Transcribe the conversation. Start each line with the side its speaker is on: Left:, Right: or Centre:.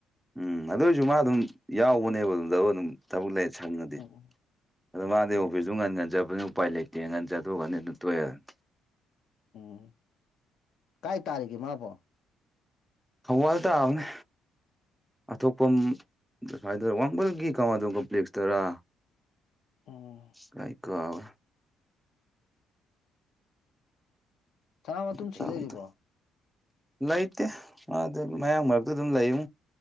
Centre: ꯎꯝ ꯑꯗꯨꯏꯁꯨ ꯃꯥ ꯑꯗꯨꯝ ꯌꯥꯎꯕꯅꯦꯕ ꯑꯗꯨꯝꯗ ꯑꯗꯨꯝ ꯊꯕꯛ ꯂꯩ ꯁꯪꯉꯗꯤ
Left: ꯎꯝ
Centre: ꯑꯗꯣ
Left: ꯎꯝ
Centre: ꯃꯥꯗꯤ ꯑꯣꯐꯤꯁ ꯑꯗꯨ ꯉꯟ ꯉꯟꯖꯕꯅꯤ ꯎꯄꯥꯏ ꯂꯩꯇꯦ ꯉꯟꯖꯥꯗꯣꯛꯒꯅꯤ ꯑꯗꯨ ꯇꯣꯛꯑꯦꯅꯤ
Left: ꯎꯝ ꯀꯥꯏ ꯇꯥꯔꯤꯒꯦ ꯃꯥꯕꯣ
Centre: ꯍ ꯋꯥꯜ ꯇꯥꯎꯅꯦ ꯑꯇꯣꯞꯄꯝ ꯁꯋꯥꯏꯗꯔ ꯋꯥꯡꯕꯜꯒꯤ ꯀꯃꯥꯗꯣ ꯀꯝꯄ꯭ꯂꯦꯛꯁꯇꯔꯥ
Left: ꯎꯝ
Centre: ꯀꯥꯏ ꯀꯣꯕ
Left: ꯁꯅꯥ ꯃꯇꯨꯝ
Centre: ꯇꯥꯒꯨꯝ
Left: ꯁꯤ ꯂꯩꯔꯤꯕꯣ
Centre: ꯇꯧ ꯂꯩꯇꯦ ꯑꯗꯨ ꯃꯌꯥꯝꯡ ꯃꯔꯛꯇꯨ ꯑꯗꯨꯝ ꯂꯩꯨ